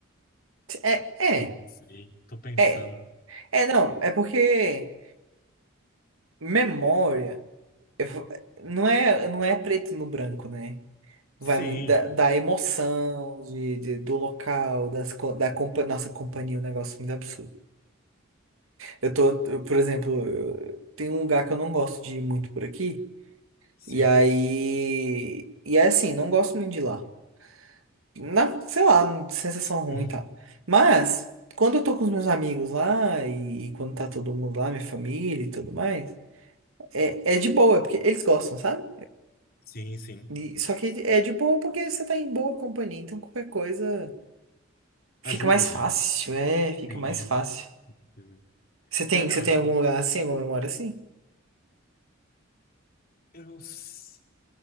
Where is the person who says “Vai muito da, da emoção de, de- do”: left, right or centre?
Right